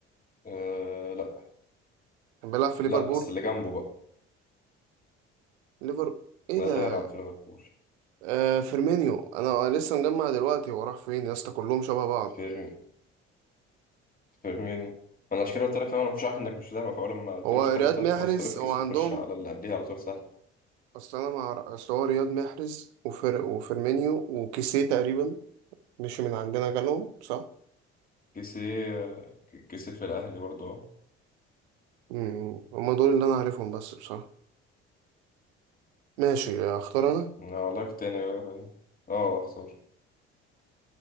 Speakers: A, on the left (about 25°); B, on the right (about 75°).
A: أه لأ
B: كان بيلعب في ليفربول
A: لا بس اللي جنبه بقى
B: ليفربول ايه
A: لا
B: ده
A: اللي يلعب في ليفربول
B: آه فيرمينيو انا لسه مجمع دلوقتي هو راح فين يا اسطى كلهم شبه بعض
A: فيرمينو فاهمني انا عشان كده قلت لك فاهم انا مش عارف انك مش متابع فاول ما قلت
B: هو
A: لي مش متابع
B: رياض
A: قلت لك
B: محرز
A: خلاص طب افكس
B: هو عندهم
A: وخش على اللي قبليها على طول سهله
B: اصل انا مع اصل هو رياض محرز وفير... وفيرمينيو وكيسيه تقريبا مش من عندنا جالهم صح
A: كيسي كيسي في الاهلي برضه اه
B: مم. هما دول اللي انا عارفهم بس بصراحة ماشي اختار انا
A: أنا والله كنت يعني اه اختار